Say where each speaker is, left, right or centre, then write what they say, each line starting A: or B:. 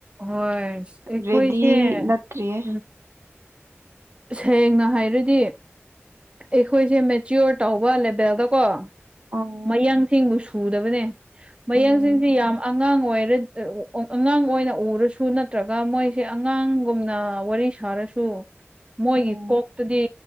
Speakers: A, on the right; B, on the right.
A: ꯍꯣꯏ ꯑꯩꯈꯣꯏꯁꯦ
B: ꯔꯦꯗꯤ ꯅꯠꯇ꯭ꯔꯤꯌꯦ
A: ꯎꯝ ꯁꯦꯡꯅ ꯍꯥꯏꯔꯗꯤ ꯑꯩꯈꯣꯏꯁꯦ ꯃꯦꯆꯤꯌꯣꯔ ꯇꯧꯕ ꯂꯦꯕꯦꯜꯗꯀꯣ
B: ꯎꯝ
A: ꯃꯌꯥꯡꯁꯤꯡꯕꯨ ꯁꯨꯗꯕꯅꯦ ꯃꯌꯥꯡꯁꯤꯡꯁꯤ
B: ꯎꯝ
A: ꯌꯥꯝ ꯑꯉꯥꯡ ꯑꯣꯏꯔ ꯑꯉꯥꯡ ꯑꯣꯏꯅ ꯎꯔꯁꯨ ꯅꯠꯇ꯭ꯔꯒ ꯃꯣꯏꯁꯦ ꯑꯉꯥꯡꯒꯨꯝꯅ ꯋꯥꯔꯤ ꯁꯥꯔꯁꯨ ꯃꯣꯏꯒꯤ
B: ꯎꯝ
A: ꯀꯣꯛꯇꯨꯗꯤ